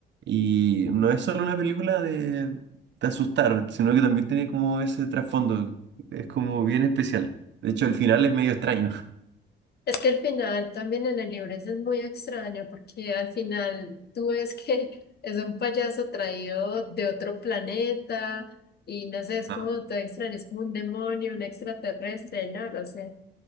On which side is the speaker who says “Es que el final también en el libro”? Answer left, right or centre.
Left